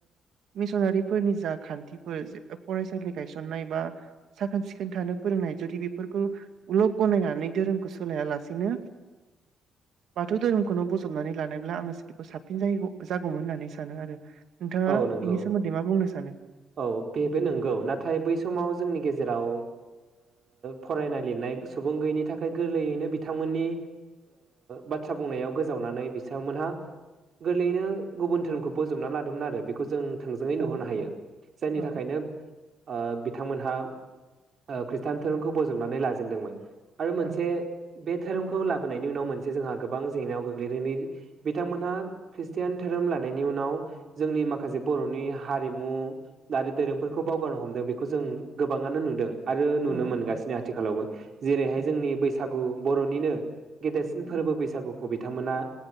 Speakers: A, on the right (about 70°); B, on the right (about 55°).
A: मिसनारिफोरनि जा खान्थिफोर फरायसालि गायसननाय बा साखोन सिखोन थानो फोरोंनाय जुदि बेफोरखौ लक गनायनानै धोरोमखौ सोलाया लासिनो बाथौ धोरोमखौनो बजबनानै लानायब्ला आङो बेखौ साबसि जागौमोन होननानै सानो आरो नोंथाङा
B: औ नंगौ
A: बिनि सोमोन्दै मा बुंनो सानो?
B: औ बेबो नंगौ नाथाय बै समाव जोंनि गेजेराव जेराव फरायनाय लिरनाय सुबुं गैयैनि थाखाय गोरलैयैनो बिथांमोननि बाथ्रा बुंनायाव गोजावनानै बिथांमोनहा गोरलैयैनो गुबुन धोरोमखौ बजबना लादोंमोन आरो बेखौ जों थोंजोङै
A: औ
B: नुहरनो हायो
A: औ
B: जायनि
A: औ
B: थाखायनो ओ बिथांमोनहा खृष्टान धोरोमखौ बजबनानै लाजेनदोंमोन। आरो मोनसे
A: औ
B: बे धोरोमखौ लाबोनायनि उनाव मोनसे जोंहा गोबां जेंनायाव गोग्लैदोंदि बिथांमोनहा खृषटियान धोरोम लानायनि उनाव जोंनि माखासे बर'नि हारिमु आरो दोरोंफोरखौ बावगारनो हमदों बेखौ जों गोबाङानो नुदों। आरो नुनो
A: औ
B: मोनगासिनो
A: औ
B: आथिखालावबो। जेरैहाय
A: उम
B: जोंनि बैसागु बर'निनो गेदेरसिन फोरबो
A: उम
B: बैसागुखौ बिथांमोना